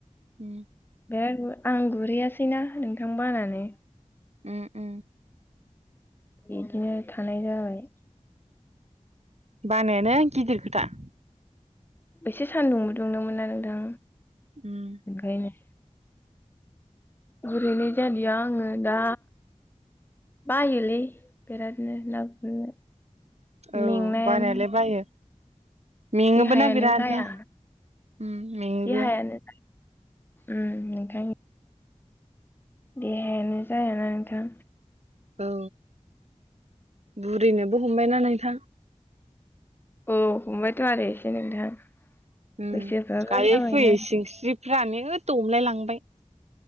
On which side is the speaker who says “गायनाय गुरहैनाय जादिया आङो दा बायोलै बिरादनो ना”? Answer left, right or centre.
Left